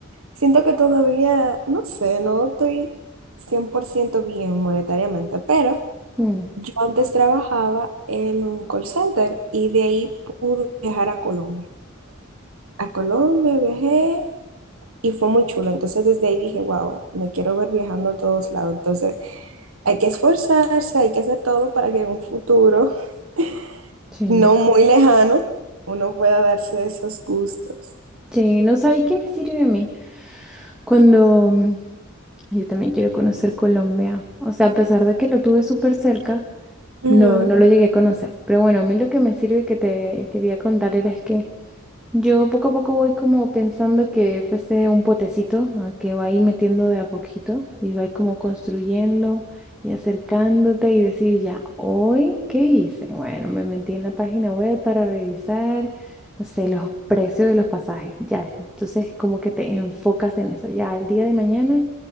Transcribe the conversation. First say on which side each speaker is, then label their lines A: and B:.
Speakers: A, on the right; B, in the centre.
A: siento que todavía, no sé, no estoy 100% bien monetariamente, pero
B: Mm,
A: Yo antes trabajaba en un call center y de ahí pude viajar a Colombia. A Colombia viajé y fue muy chulo. Entonces desde ahí dije, wow, me quiero ver viajando a todos lados. Entonces hay que esforzarse, hay que hacer todo para que en un futuro <laughs>
B: sí,
A: no muy lejano uno pueda darse esos gustos.
B: sí, no sabes qué me sirve a mí. Cuando mm, yo también quiero conocer Colombia, o sea, a pesar de que lo tuve súper cerca,
A: Ujú.
B: no, no lo llegué a conocer. Pero bueno, a mí lo que me sirve que te quería contar era es que Yo poco a poco voy como pensando que fuese un potecito a que va ahí metiendo de a poquito y va ahí como construyendo y acercándote y decir ya, hoy, ¿qué hice? Bueno, me metí en la página web para revisar, no sé, los precios de los pasajes, ya. Entonces como que te enfocas en eso, ya, el día de mañana.